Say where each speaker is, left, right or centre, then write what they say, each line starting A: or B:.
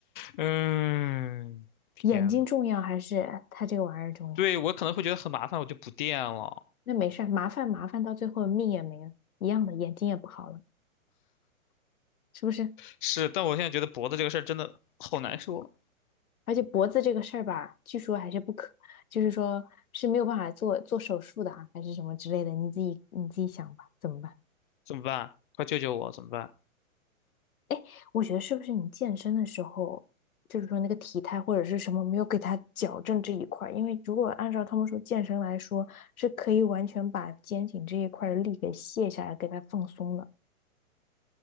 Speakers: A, on the left; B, on the left.
A: 嗯，天呐，
B: 眼睛重要还是他这个玩意儿重要？
A: 对，我可能会觉得很麻烦，我就不垫了。
B: 那没事儿，麻烦麻烦到最后命也没了，一样的，眼睛也不好了，是不是？
A: 是，但我现在觉得脖子这个事儿真的好难受，
B: 而且脖子这个事儿吧，据说还是不可，就是说是没有办法做做手术的啊，还是什么之类的，你自己你自己想吧，怎么办？
A: 怎么办？快救救我，怎么办？
B: 哎，我觉得是不是你健身的时候，就是说那个体态或者是什么没有给他矫正这一块儿？因为如果按照他们说健身来说，是可以完全把肩颈这一块儿的力给卸下来，给它放松的，